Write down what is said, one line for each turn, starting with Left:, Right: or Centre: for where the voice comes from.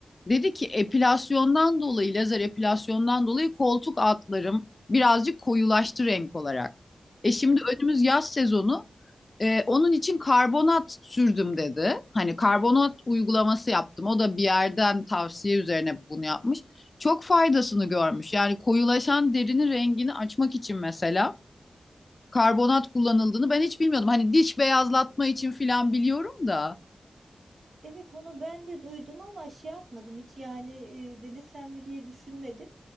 Left: dedi ki epilasyondan dolayı, lazer epilasyondan dolayı koltuk altlarım birazcık koyulaştı renk olarak. E şimdi
Right: evet.
Left: önümüz yaz sezonu. Ee, onun için karbonat sürdüm dedi. Hani karbonat uygulaması yaptım. O da bir yerden tavsiye üzerine bunu yapmış. Çok faydasını görmüş. Yani koyulaşan derinin rengini açmak için mesela karbonat kullanıldığını ben hiç bilmiyordum. Hani diş beyazlatma için filan biliyorum da.
Right: Evet onu ben de duydum ama şey yapmadım hiç yani e, denesem mi diye düşünmedim.